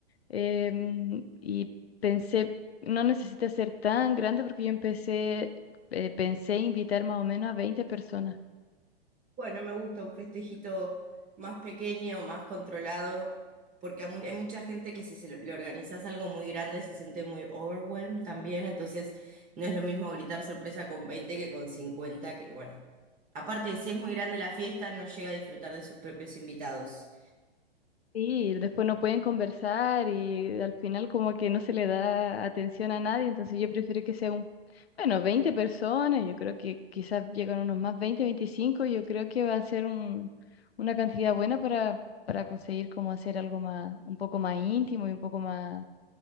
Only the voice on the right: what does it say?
Bueno, me gusta un festejito más pequeño, más controlado, porque a mu- hay mucha gente que si se lo- le organizas algo muy grande se siente muy overwhelmed también, entonces no es lo mismo gritar sorpresa con 20 que con 50. que bueno, aparte si es muy grande la fiesta, no llega a disfrutar de sus propios invitados.